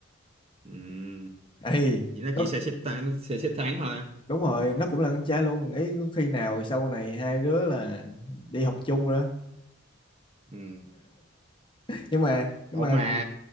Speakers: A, on the right; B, on the left.
A: ừm. <laughs>
B: ấy
A: Vậy nó
B: có
A: chỉ xê xích ta- nó xê xích tháng thôi
B: đúng rồi nó cũng là con trai luôn Ý có khi nào sau này hai đứa là đi học chung rồi đó.
A: Ừm.
B: <laughs> nhưng mà nhưng
A: ủa
B: mà
A: mà
B: cũng